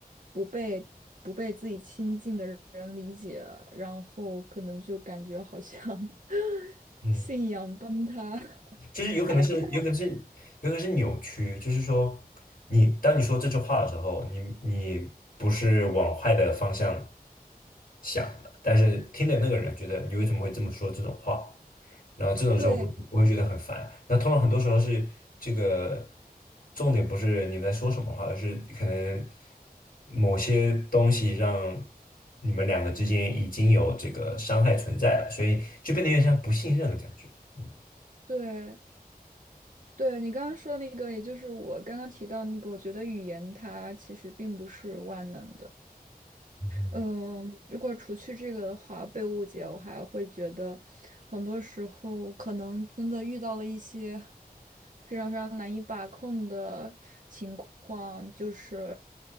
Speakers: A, on the right (about 55°); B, on the left (about 60°).
A: 不被不被自己亲近的人理解，然后可能就感觉好像 <laughs>
B: 嗯，
A: 信仰崩塌。<laughs>
B: 就是有可能是，
A: 哎，不过
B: 有可能是，有可能是扭曲。就是说，你当你说这句话的时候，你你不是往坏的方向想的，但是听的那个人觉得你为什么会这么说这种话？然后这种时候嗯我我会觉得很烦。
A: 对
B: 那通常很多时候是这个重点不是你们在说什么话，而是可能某些东西让你们两个之间已经有这个伤害存在了，所以就变得有点像不信任的感觉。嗯
A: 对，对，你刚刚说那个，也就是我刚刚提到那个，我觉得语言它其实并不是万能的。
B: 嗯
A: 嗯、如果除去这个的话，被误解，我还会觉得很多时候可能真的遇到了一些非常非常难以把控的情况，就是